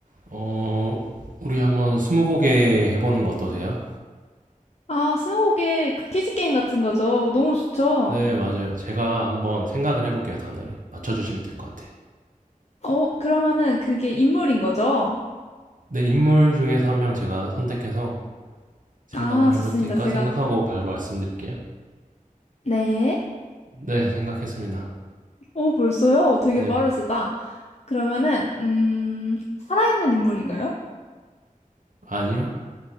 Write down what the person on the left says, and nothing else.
아, 스무고개 그 퀴즈 게임 같은 거죠. 그거 너무 좋죠.
어, 그러면은 그게 인물인 거죠?
아, 좋습니다.
제가.
네.
오, 벌써요? 되게
빠르시다. 그러면은, 음, 살아있는 인물인가요?